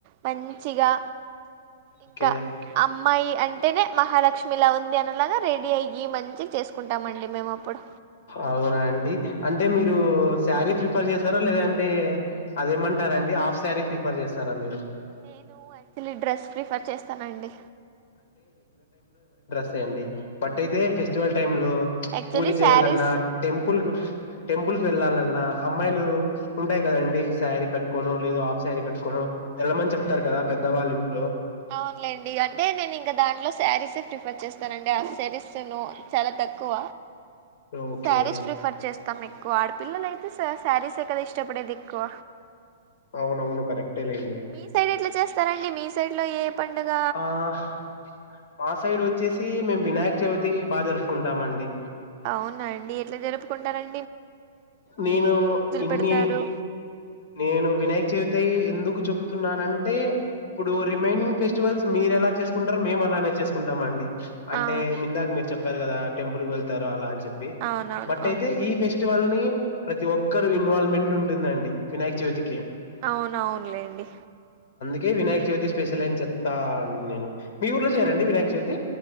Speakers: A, on the right; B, on the left.
A: మంచిగా ఇంకా
B: ఓకే
A: అమ్మాయి అంటేనే మహాలక్ష్మిలా ఉంది అనేలాగా రెడీ అయి చేసుకుంటామండి మేము అప్పుడు
B: అవునా అండి అంటే మీరు శారీ ప్రిఫర్ చేస్తారా లేదంటే అదేమంటారండి హాఫ్ శారీ ప్రిఫర్ చేస్తారా మీరు
A: నేనూ యాక్చువల్లీ డ్రెస్ ప్రిఫర్ చేస్తానండి.
B: సే అండి బట్టైతే స్టివల్ టైంలో
A: యాక్చువల్లీ
B: పూజ చేయ్యాలన్నా,
A: శారీస్
B: టెంపుల్ కు టెంపుల్ కు వెల్లాల అన్నా అమ్మాయిలు, ఉంటాయి కదండి శారీ కట్టుకొనో, లేదు హాఫ్ శారీ కట్టుకొనో ఎల్లమని చెప్తారు కదా పెద్దవాల్లు.
A: అవునులేండి అంటే నేను ఇంక దాంట్లో శారీసే ప్రిఫర్ చేస్తానండి. ఆ శ్ శారీస్ తనూ చాలా తక్కువ.
B: ఓకే
A: శారీస్ ప్రిఫర్ చేస్ తం ఎక్కువ ఆడపిల్లలయితే శ శారీసే కదా ఇష్టపడేది ఎక్కువ.
B: అవునవును కరెక్టే లేండి
A: మీసైడ్ ఎట్లా చేస్తారండి మీస్ సైడ్లో ఏ పండుగ
B: ఆహ్ ఆ సైడ్ ఒ చ్చేసీ మేం వినాయక చవితి బా జరుపుకుంటామండి.
A: అవున అండి ఎట్లా జరుపుకుంటారం
B: నేను ఇన్ని,
A: పెడతారు
B: నేను వినాయక చవితయి ఎందుకు చెప్తున్నానంటే ఇప్పుడూ రిమైనింగ్ ఫెస్టివల్స్ మీరెలా చేస్కుంటరో మేము అలానే చేస్కుంటాం అండి. అంటే
A: ఆ
B: మిందాక మీరు చెప్పారు కదా. టెంపుల్ కి వెళ్తారు అలాంచ్ చెప్పి
A: అవునవును
B: బట్టే
A: అవును
B: తె ఈ ఫెస్టివల్ నీ ప్రతి ఒక్కరు ఇన్వాల్వ్మెంట్ ఉంటుందండి వినాయక చవితికి.
A: అవునఅవునులేండి.
B: కే వినాయక చవితి స్పెషల్ అని చెప్తా అం నేను. మీ ఊర్లో చేయరాండి వినాయక చవితి?